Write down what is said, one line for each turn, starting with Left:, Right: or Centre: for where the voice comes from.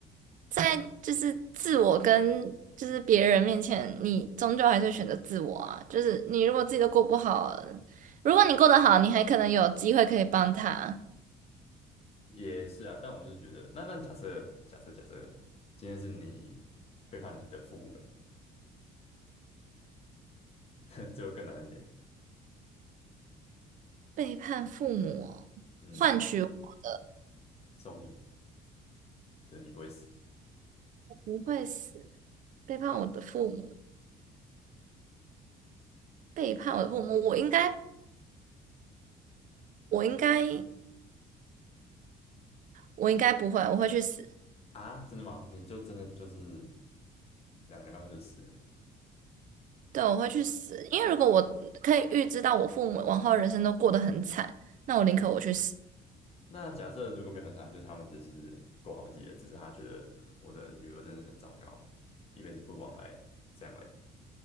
Right: 在就是自我跟就是别人面前，你终究还是会选择自我啊。就是你如果自己都过不好，如果你过得好，你还可能有机会可以帮他。
Left: 也是啊，但我就觉得，那那假设假设假设今天是你背叛你的父母嘞，<laughs> 这就更难一点。
Right: 背叛父母，
Left: 嗯，
Right: 换取我
Left: 寿命，就你不会死
Right: 不会死，背叛我的父母，背叛我的父母，我应该，我应该，我应该不会，我会去死，
Left: 啊？真的吗？你就真的就是两个礼拜后就死了。
Right: 对，我会去死，因为如果我可以预知到我父母往后人生都过得很惨，那我宁可我去死，
Left: 那假设如果没有很惨，就他们就是过他们自己的，只是他觉得我的女儿真的是很糟糕，一辈子不往来，这样嘞